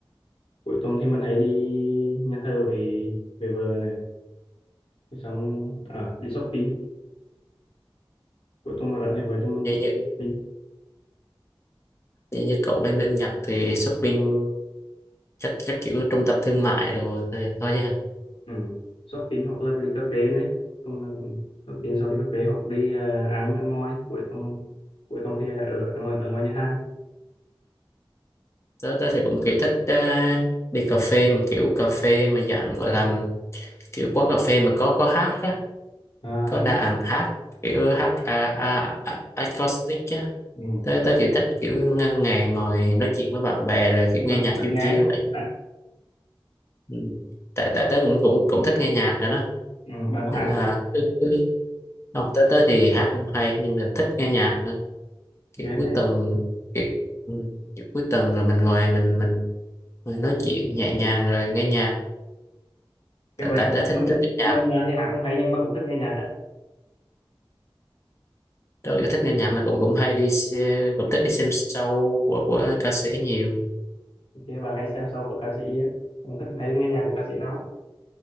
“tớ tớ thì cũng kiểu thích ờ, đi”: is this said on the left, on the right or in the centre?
Left